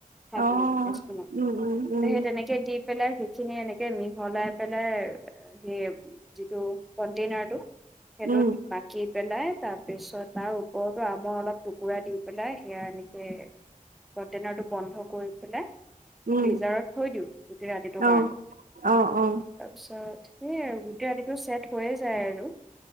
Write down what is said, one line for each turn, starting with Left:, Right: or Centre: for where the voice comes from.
Centre: খাই
Right: অ
Centre: পেলাই, আইচ ক্ৰিমৰ।
Right: উম উম উম
Centre: সেই তেনেকে দি পেলাই সেইখিনি এনেকে মিহলাই পেলাই সেই যিটো কন্টেইনাৰটো সেইটোত
Right: উম
Centre: বাকী পেলাই তাৰপিছত তাৰ ওপৰতো আমৰ অলপ টুকুৰা দি পেলাই সেয়া এনেকে কণ্টেইনাৰটো বন্ধ কৰি পেলাই
Right: উম
Centre: ফিজাৰত থৈ দিওঁ গোটেই ৰাতিটোৰ
Right: অ
Centre: কাৰণে
Right: অ অ
Centre: তাৰপিছত সেইয় আৰু গোটেই ৰাতিটো চছেট হৈয়ে যায় আৰু